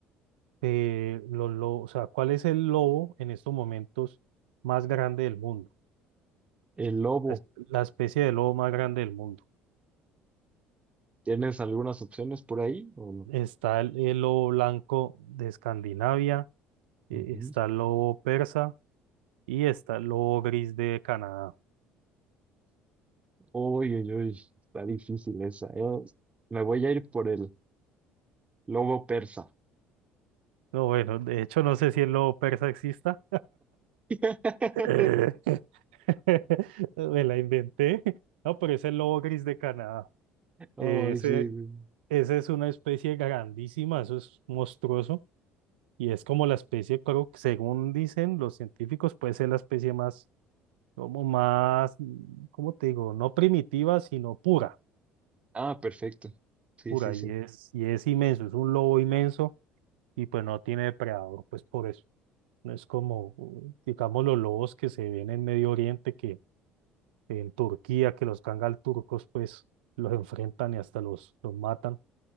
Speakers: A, on the right; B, on the right.
A: eh, los lobos? O sea, ¿cuál es el lobo en estos momentos más grande del mundo?
B: el lobo.
A: es la especie de lobo más grande del mundo.
B: ¿Tienes algunas opciones por ahí o no?
A: Está el, el lobo blanco de Escandinavia, eh,
B: Ujú.
A: está el lobo persa y está el lobo gris de Canadá.
B: Uy, uy, uy. Está difícil esa. Yo me voy a ir por el lobo persa.
A: No, bueno, de hecho no sé si el lobo persa exista.
B: <laughs>
A: Eh, <laughs> Me la inventé. No, pero es el lobo gris de Canadá.
B: Ay,
A: Ese,
B: sí, sí.
A: ese es una especie grandísima, eso es monstruoso. Y es como la especie, creo que según dicen los científicos, puede ser la especie más como más, mm, ¿cómo te digo? No primitiva, sino pura,
B: Ah, perfecto. Sí,
A: pura,
B: sí, sí.
A: y es, y es inmenso, es un lobo inmenso y pues no tiene depredador, pues por eso. No es como, uh, digamos, los lobos que se ven en Medio Oriente, que en Turquía, que los kangal turcos, pues los enfrentan y hasta los, los matan,